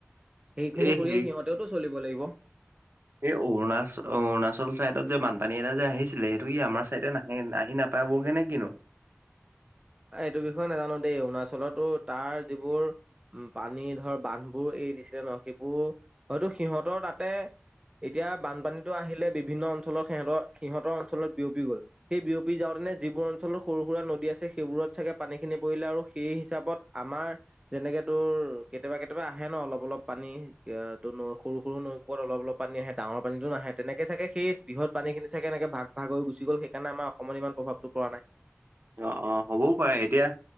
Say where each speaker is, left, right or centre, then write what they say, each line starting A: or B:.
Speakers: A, on the right; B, on the right.
A: এইখিনি
B: এই
A: কৰিয়ে
B: হেৰি
A: সিহঁতেওতো চলিব লাগিব।
B: এই অৰুণাচ, অৰুণাচল চাইডত যে বানপানী এটা যে আহিছিলে সেইটো কি আমাৰ চাইডে না নে আহি নাপাবগে নে কিনো?
A: এই এইটো বিষয়ে নাজানোঁ দেই। অৰুণাচলতো তাৰ যিবোৰ উম, পানী ধৰ বানবোৰ এই দিছিলে ন', সেইবোৰ হয়তো সিহঁতৰ তাতে এতিয়া বানপানীটো আহিলে বিভিন্ন অঞ্চলৰ সিহঁতৰ, সিহঁতৰ অঞ্চলত বিয়পি গল। সেই বিয়পি যাওৰনে যিবোৰ অঞ্চলৰ সৰু সুৰা নদী আছে সি সেইবোৰত চাগে পানীখিনি পৰিলে আৰু সেই হিচাপত আমাৰ যেনেকে তোৰ কেতিয়াবা কেতিয়াবা আহে ন' অলপ অলপ পানী, য়া' ত' ন' সৰু সৰু নৈ কন অলপ অলপ পানী আহে। ডাঙৰ পানীটো নাহে, তেনেকে চাগে সেই ব্ৰহৎ পানীখিনি চাগে এনেকে ভাগ ভাগ হৈ গুচি গ'ল, সেইকাৰণে আমাৰ অসমত ইমান প্ৰভাৱ টো পৰা নাই।
B: অ' অ' হ'বও পাৰে, এতিয়া